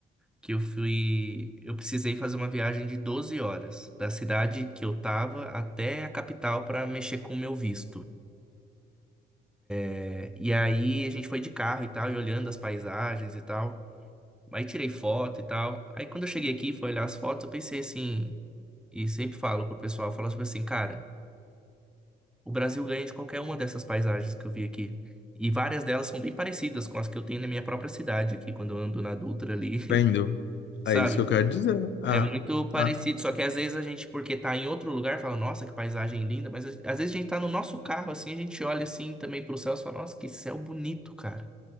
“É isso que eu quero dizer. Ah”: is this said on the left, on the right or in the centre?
Left